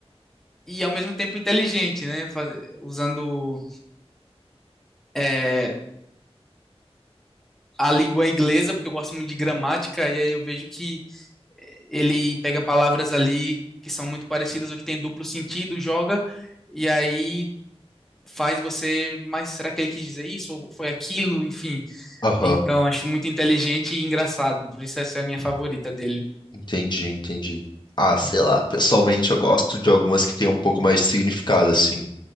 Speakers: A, in the centre; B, on the left.
A: e ao mesmo tempo inteligente, né? Fa- Usando é, a língua inglesa, porque eu gosto muito de gramática, e aí eu vejo que eh, ele pega palavras ali que são muito parecidas ou que tem duplo sentido, joga, e aí faz você, mas será que ele quis dizer isso ou foi aquilo? Enfim,
B: aham.
A: então acho muito inteligente e engraçado, por isso essa é a minha favorita dele.
B: Entendi, entendi. Ah, sei lá, pessoalmente eu gosto de algumas que têm um pouco mais de significado, assim.